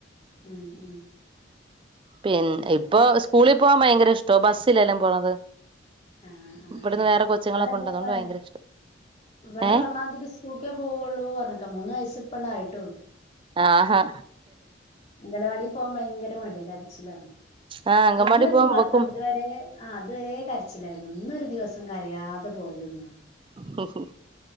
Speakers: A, on the left (about 30°); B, on the right (about 25°).
A: ഉം ഉം
B: പിന്നെ
A: ഇതിപ്പോ
B: ഇപ്പൊ
A: ഞാന്
B: സ്കൂളിൽ പോവാൻ ഭയങ്കര ഇഷ് ത്തോ ബസ്സിലെല്ലാം പോണത്
A: ആ ആ
B: ഇവിടുന്ന്
A: ആ
B: വേറെ കൊച്ചുങ്ങളൊക്കെ
A: ഇവിടെതേപോലെ
B: ഉണ്ട് അതുകൊണ്ട് ഭയങ്കര ഇഷ്ടം
A: വിടെ
B: ഏഹ്
A: പറഞ്ഞാതിരി സ്കൂൾക്കേ പോവുള്ളൂ പറഞ്ക്ക മൂന്ന് വയസി പ്പണ്ടയിട്
B: ആ ഹാ
A: അംഗലവാടി പോക ഭയങ്കര മടിയ കരച്ചിലാ
B: ആ
A: ഇപ്പന്നൊരു
B: അങ്കൻവാടി പോവാൻ
A: ദിവസാണ്
B: ഇവക്കും
A: തുവരെ ആ തുവരെ കരച്ചിലായിരുന്നു ഇന്നൊരു ദിവസം കരയാതെ പോയത് ന്നാ
B: ഹ് ഹ്